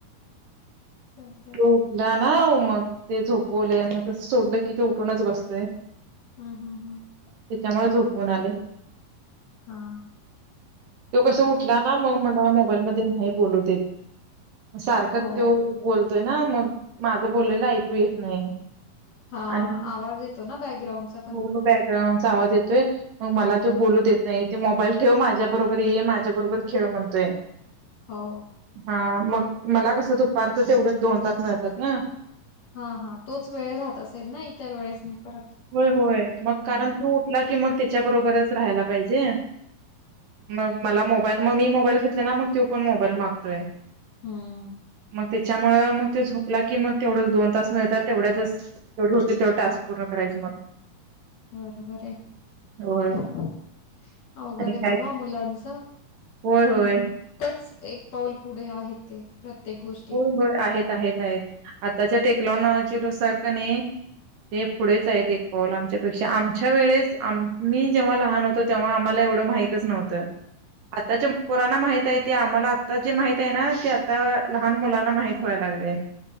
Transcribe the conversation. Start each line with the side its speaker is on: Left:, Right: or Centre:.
Left: चालतंय
Right: तो उठला ना मग ते झोपवले आणि मग सोडलं कि ते उठूनच बसतय
Left: हम हम हा
Right: त्याच्यामुळे झोपून आले
Left: हा
Right: तो कसं उठला ना मग मला मोबाईल म नाही बोलू देत सारखंच
Left: हो.
Right: तो बोलतोय ना मग माझं बोलायला ऐकू येत नाही
Left: हा
Right: आणि
Left: आवाज येतो ना बॅकग्राऊंडचा पण
Right: हो
Left: मग
Right: आवाज येतोय मग मला तो बोलूत देत नाही ते मोबाईल ठेव माझ्या बरोबर हे माझ्या बरोबर खेळ म्हणतोय
Left: हो
Right: हा मग मला कसं दुपारचं तेवढंच दोन तास मिळतात ना
Left: हा हा तोच वेळ राहत असेल ना इतर वेळेस परत
Right: होय होय मग कारण
Left: नाही
Right: तो की मग त्याच्या बरोबरच राहायला पाहिजे मग मला मोबाईल मग मी मोबाईल घेतले ना मग तो पण मोबाईल मागतोय
Left: हम्म
Right: त्याच्यामुळ मग तो झोपला की मग तेवढंच दोन तास मिळतात तेवढ्यातच तेवढे होतील तेवढ टाास पूर्ण करायचे मग
Left: बरोबर आहे
Right: होय.
Left: अवघड
Right: आणि
Left: आहे
Right: काय
Left: बाबा मुलांच
Right: होय होय
Left: च एक पाऊल पुढे आहे ते प्रत्ये गोष्ट
Right: हो होय आहेत आहेत आहेत आताच्या टेक्नॉलॉजी नुसार का नाही ते पुढेच आहेत एक कॉल आमच्यापेक्षा आमच्या वेळेस आ मी जेव्हा लहान होतो तेव्हा आम्हाला एवढं माहितच नव्हतं आताच्या पोरांना माहित आहे ते आम्हाला आता जी माहित आहे ना ते आता लहान मुलांना माहित व्हाय लागले